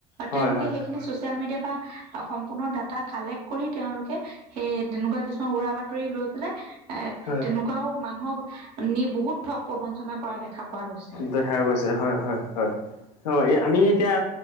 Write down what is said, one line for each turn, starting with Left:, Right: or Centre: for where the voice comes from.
Left: হয়
Right: তেওঁলোকে
Left: হয় হয়
Right: সেইখিনি ছ'চিয়েল মিডিয়া বা সম্পূৰ্ণ ডাটা কালেক্ট কৰি তেওঁলোকে সেই তেনেকুৱা কিছুমান উৰা বাতৰি লৈ পেলাই। এ
Left: হয়।
Right: তেনেকুৱাও মানুহক নি বহুত ঠগ প্ৰবঞ্চনা কৰা দেখা পোৱা গৈছে।
Left: দেখা গৈছে হয়, হয়, হয়, হয়, আমি এতিয়া